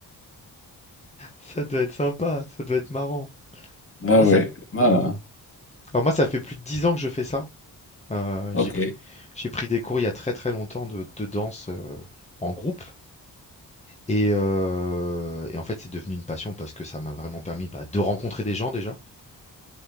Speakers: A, on the left; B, on the left.
A: Ça doit être sympa, ça doit être marrant.
B: Ah
A: Moi,
B: oui,
A: ça.
B: voilà.
A: Alors moi, ça fait plus de 10 ans que je fais ça. Euh,
B: OK.
A: j'ai pris, j'ai pris des cours il y a très très longtemps de, de danse euh, en groupe. Et, heu et en fait, c'est devenu une passion parce que ça m'a vraiment permis, bah, de rencontrer des gens déjà.